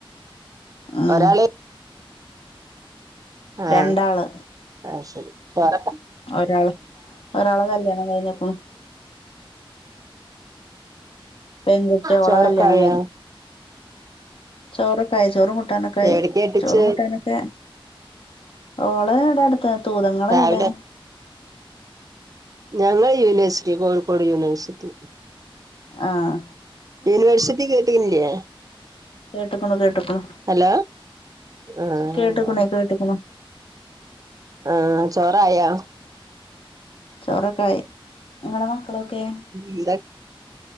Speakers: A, on the left (about 75°); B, on the right (about 40°).
A: ആഹ്
B: ഒരാളെ ആഹ്
A: രണ്ടാള്
B: ആഹ് ശെരി വെറോക്കെ
A: ഒരാള് ഒരാളെ കല്യാണം കയിഞ്ഞ്ക്ക്ണു. പെൺകുട്ടി ഓളെ
B: ചോറോക്കായൊ?
A: കല്യാണം ചോറൊക്കായി ചോറും കുട്ടാനൊക്കായി
B: എവിടേക്കാ കെട്ടിച്ചേ
A: ചോറും കുട്ടാനും ക്കെ ഓള് ഇവ്ടെ അട്ത്ത തൂത ഇങ്ങളോവ്ടെ?
B: രാവിലെ ഞങ്ങള് യൂന് വേഴ്സിറ്റി കോഴിക്കോട് യൂണിവേഴ്സിറ്റി.
A: ആഹ്
B: യൂണിവേഴ്സിറ്റി കേട്ടിൻല്ലേ?
A: കേട്ട്ക്കണു കേട്ട്ക്കണു
B: അലോ ആഹ്
A: കേട്ട്ക്കണേ
B: അവ്ടെണ്
A: കേട്ട്ക്കണു
B: ആഹ് ചോറായോ?
A: ചോറോക്കായി ഇങ്ങളെ മക്കളൊക്കെ?
B: എന്ത